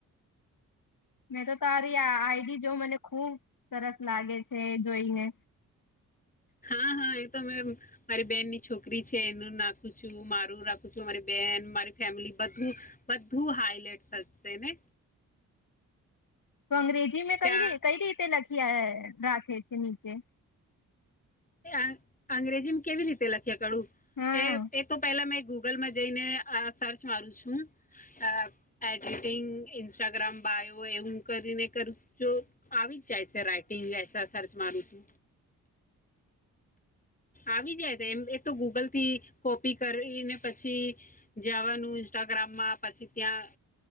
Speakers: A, on the left; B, on the left.
A: મેં તો તારી આ આઈડી જોઉં મને ખુબ સરસ લાગે છે એ જોઈને
B: હા હા એ તો મેં મારી બેનની છોકરી છે એનું નાખું છું, મારું રાખું છું, મારી બેન, મારી ફેમિલી બધું બધું હાઈલાઈટસ થશે ને
A: તો અંગ્રેજી મેં કઈ
B: ક્યા
A: કઈ રીતે લખી રાખે છે નીચ કે
B: એ આ અંગ્રેજીમાં કેવી રીતે લખ
A: હા
B: <inaudible> એ એ તો પહેલા મેં ગૂગલમાં જઈને અ સર્ચ મારું છું. અ એડિટિંગ ઇન્સ્ટાગ્રામ બાયો એવું કરીને કરું જો આવી જ જાય છે રાઈટિંગ એસા સર્ચ મારું તો આવી જાય તો એમ એ તો ગૂગલથી કોપી કરીને પછી જાવાનું ઇન્સ્ટાગ્રામમાં પછી ત્યાં